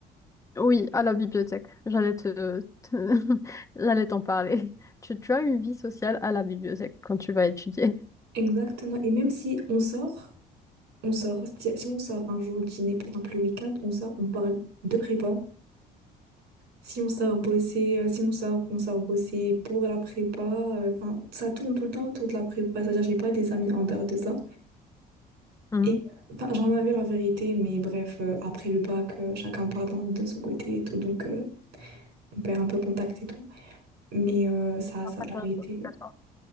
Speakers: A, on the left; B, on the right.
A: Oui, à la bibliothèque. J'allais te, te- <laughs> j'allais t'en parler. Tu, tu as une vie sociale à la bibliothèque quand tu vas étudier. <laughs>
B: Exactement. Et même si on sort... On sort, si si on sort un jour dîner, par exemple le week-end, on sort, on parle de prépa. Si on sort bosser, euh, si on sort, on sort bosser pour la prépa. euh, Enfin, ça tourne tout le temps autour de la prépa. C'est-à-dire, j'ai pas des amis en dehors de ça.
A: Mhm.
B: Et enfin, j'en avais la vérité, mais bref, euh, après le bac, euh, chacun part dans, de son côté et tout, donc euh, on perd un peu contact et tout. Mais euh, ça, ça,
A: Un passage
B: la vérité,
A: obligatoire.